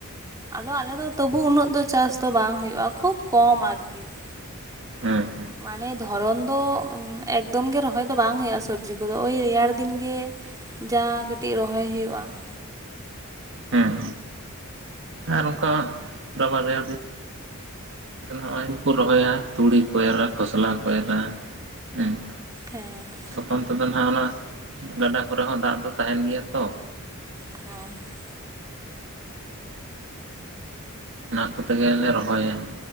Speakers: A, on the right; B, on the right.
A: ᱟᱫᱚ ᱟᱞᱮ ᱫᱚ ᱛᱚᱵᱩ ᱩᱱᱟᱹᱜ ᱫᱚ ᱪᱟᱥ ᱫᱚ ᱵᱟᱝ ᱦᱳᱭᱳᱜᱼᱟ, ᱠᱷᱩᱵ ᱠᱚᱢ ᱟᱨᱠᱤ ᱾
B: ᱦᱮᱸ ᱾
A: ᱢᱟᱱᱮ ᱫᱷᱚᱨᱚᱱ ᱫᱚ ᱮᱠᱫᱚᱢ ᱜᱮ, ᱨᱚᱦᱚᱭ ᱫᱚ ᱵᱟᱝ ᱦᱩᱭᱩᱜᱼᱟ, ᱥᱚᱵᱽᱡᱤ ᱠᱚᱫᱚ ᱳᱭ ᱨᱮᱭᱟᱲ ᱫᱤᱱ ᱜᱮ ᱡᱟ ᱠᱟᱹᱴᱤᱡ ᱨᱚᱦᱚᱭ ᱦᱩᱭᱩᱜᱼᱟ ᱾
B: ᱦᱮᱸ ᱟᱨ ᱚᱱᱠᱟ ᱫᱚ ᱵᱟ ᱨᱮᱭᱟᱲ ᱫᱤᱱ ᱛᱟᱦᱚᱞᱮ ᱱᱚᱜᱼᱚᱭ ᱨᱚᱦᱚᱭᱟ ᱛᱩᱲᱤ ᱠᱚ ᱮᱨᱟ, ᱠᱷᱚᱥᱞᱟ ᱠᱚ ᱮᱨᱟ ᱦᱮᱸ ᱾
A: ᱦᱮᱸ ᱾
B: ᱛᱚᱠᱷᱚᱱ ᱛᱮᱫᱚ ᱱᱟᱦᱟᱜ ᱚᱱᱟ ᱜᱟᱰᱟ ᱠᱚᱨᱮ ᱦᱚᱸ ᱫᱟᱜ ᱫᱚ ᱛᱟᱦᱮᱸᱱ ᱜᱮᱭᱟ ᱛᱚ᱾
A: ᱦᱚᱸ ᱾
B: ᱚᱱᱟ ᱠᱚ ᱛᱮᱜᱮᱞᱮ ᱨᱚᱦᱚᱭᱟ ᱾